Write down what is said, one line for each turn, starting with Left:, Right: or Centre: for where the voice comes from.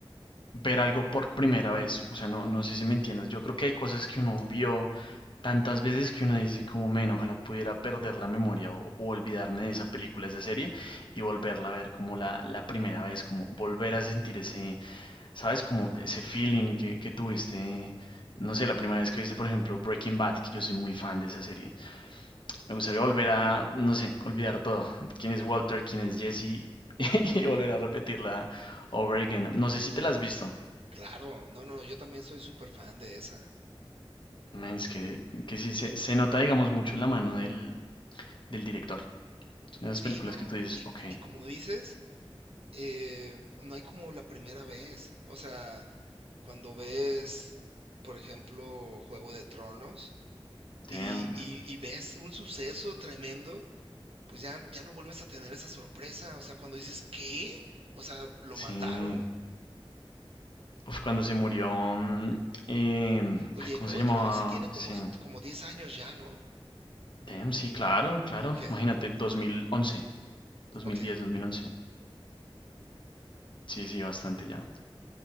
Left: ver algo por primera vez. O sea, no, no sé si me entiendas. Yo creo que hay cosas que uno vio tantas veces que uno dice como men, ojalá pudiera perder la memoria o, o olvidarme de esa película, de esa serie y volverla a ver como la, la primera vez, como volver a sentir ese, ¿sabes? Como ese feeling que, que tuviste, no sé, la primera vez que viste, por ejemplo, Breaking Bad, que yo soy muy fan de esa serie. Me gustaría volver a, no sé, olvidar todo. ¿Quién es Walter? ¿Quién es Jesse? <laughs> y volver a repetirla over again. No sé si te la has visto.
Right: Claro, no, no, yo también soy súper fan de esa.
Left: Man, es que, que sí, se, se nota, digamos, mucho la mano del, del director. Son esas
Right: Sí,
Left: películas
Right: no,
Left: que tú dices,
Right: y,
Left: ok,
Right: y como dices, eh, no hay como la primera vez. O sea, cuando ves, por ejemplo, Juego de Tronos
Left: damn,
Right: y, y y ves un suceso tremendo pues ya, ya no vuelves a tener esa sorpresa. O sea, cuando dices, ¿qué? O sea, lo
Left: sí.
Right: mataron.
Left: Uf, cuando se murió, mm, em,
Right: Oye,
Left: ay, ¿cómo
Right: Juego
Left: se llamaba?
Right: de Tronos sí tiene como,
Left: Sí.
Right: como diez años ya, ¿no?
Left: Damn, sí, claro, claro.
Right: Ok,
Left: Imagínate, 2011, 2010,
Right: ok,
Left: 2011. Sí, sí, bastante ya.